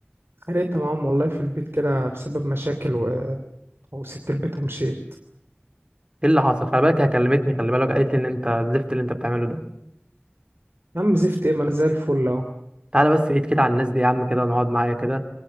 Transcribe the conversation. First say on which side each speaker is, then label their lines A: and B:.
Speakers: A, on the right; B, on the right.
A: اتخانقت معاهم والله في البيت كده بسبب مشاكل و... وسبت البيت ومشيت
B: ايه اللي حصل خلي بالك هي كلمتني خلي بالك قالت لي ان انت الزفت اللي انت بتعمله ده
A: يا عم زفت ايه ما انا زي الفل اهو
B: تعالى بس بعيد كده عن الناس دي يا عم كده ونقعد معايا كده